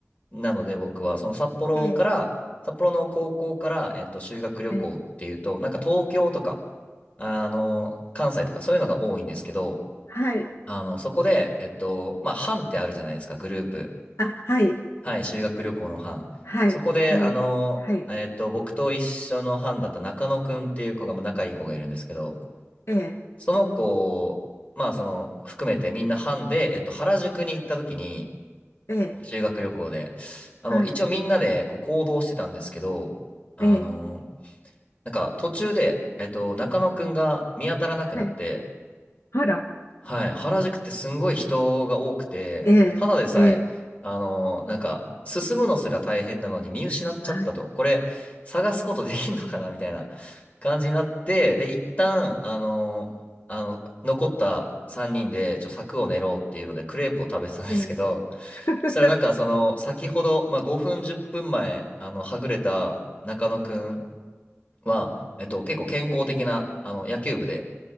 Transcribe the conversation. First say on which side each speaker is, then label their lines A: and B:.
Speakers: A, on the left; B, on the left.
A: なので、僕は、その札幌から、
B: ええ。
A: 札幌の高校から、えっと、修学旅行っていうと、
B: ええ。
A: なんか東京とか、あの、関西とか、そういうのが多いんですけど、
B: はい。
A: あの、そこで、えっと、まあ、班ってあるじゃないですか、グループ。
B: あ、はい。
A: はい、修学旅行の班。
B: はい。
A: そこで、
B: はんわけ。
A: あの、
B: はい。
A: えっと、僕と一緒の班だった中野くんっていう子が、まあ仲いい子がいるんですけど、
B: ええ。
A: その子、まあその、含めてみんな班で、えっと、原宿に行った時に、
B: ええ。
A: 修学旅行で、あの、
B: はい。
A: 一応みんなでこう行動してたんですけど、あの、
B: ええ。
A: なんか途中で、えっと、中野くんが見当たらなくなって、
B: はい。あら。
A: はい、原宿ってすんごい人が多くて、
B: ええ。
A: ただでさえ、
B: ええ。
A: あのなんか、進むのすら大変なのに見失っちゃったと、
B: はい。
A: これ、探すことできんのかなみたいな感じになって、で、一旦、あのあの、残った3人で、ちょ、柵を練ろうっていうので、クレープを食べてたんですけど、
B: ええ。<laughs>
A: そしたらなんか、その、先ほど、まあ、5分、10分前、あの、はぐれた中野くんは、えっと、結構健康的な、あの、野球部で、